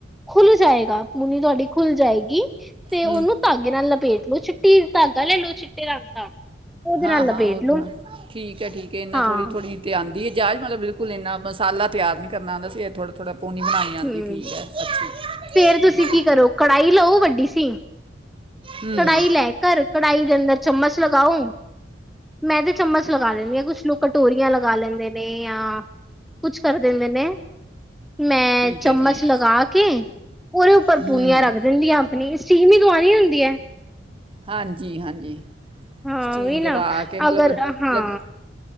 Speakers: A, in the centre; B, on the right (about 30°).
A: ਖੁੱਲ ਜਾਏਗਾ ਪੂਨੀ ਤੁਹਾਡੀ ਖੁੱਲ ਜਾਏਗੀ ਤੇ
B: ਹੂੰ
A: ਉਹਨੂੰ ਧਾਗੇ ਨਾਲ ਲਪੇਟ ਲੋ ਚ ਕਿ ਧਾਗਾ ਲੈਲੋ ਚਿੱਟੇ ਰੰਗ ਦਾ। ਉਹਦੇ
B: ਹਾਂ-ਹਾਂ,
A: ਨਾਲ ਲਪੇਟ
B: ਉਹ
A: ਲੋ
B: ਠੀਕ ਹੈ, ਠੀਕ ਹੈ ਇਹਨਾ
A: ਹਾਂ
B: ਥੋੜ੍ਹੀ-ਥੋੜ੍ਹੀ ਆਂ <unintelligible> ਬਿਲਕੁਲ ਇੰਨਾ ਮਸਾਲਾ ਤਿਆਰ ਨਹੀਂ ਕਰਨਾ ਆਉਂਦਾ ਸੀ ਥੋੜਾ ਥੋੜਾ ਪੋਣੀ ਬਣਾਉਣੀ ਆਂਦੀ
A: ਹਮ
B: ਠੀਕ ਹੈ ਅੱਛੀ
A: ਫੇਰ
B: ਠੀਕ
A: ਤੁਸੀਂ
B: ਹੈ
A: ਕੀ ਕਰੋ ਕੜਾਹੀ ਲਓ ਵੱਡੀ <unintelligible>
B: ਹੂੰ
A: ਕੜਾਈ ਲੈ ਘਰ ਕੜਾਹੀ ਦੇ ਅੰਦਰ ਚਮਚ ਲਗਾਓ ਮੈਂ ਤੇ ਚਮਚ ਲਗਾ ਲੈਂਦੀ ਹਾਂ ਕੁਛ ਲੋਕ ਕਟੋਰੀਆਂ ਲਗਾ ਲੈਂਦੇ ਨੇ ਜਾਂ ਕੁਛ ਕਰ ਦਿੰਦੇ ਨੇ ਮੈਂ
B: ਠੀਕ
A: ਚਮਚ
B: ਹੈ ਠੀਕ
A: ਲਗਾ ਕੇ ਉਹਦੇ ਉੱਪਰ
B: ਹੂੰ
A: ਪੂਨੀਆਂ ਰੱਖ ਦਿੰਦੀ ਹਾਂ ਆਪਣੀ ਸਟੀਮ ਹੀ ਦਵਾਣੀ ਹੁੰਦੀ ਹੈ
B: ਹਾਂਜੀ ਹਾਂਜੀ
A: ਹਾਂ
B: ਸਟੀਮ ਦਬਾ
A: ਨਾ
B: ਕੇ ਮਤਲਬ
A: ਅਗਰ ਹਾਂ
B: ਲੱਗ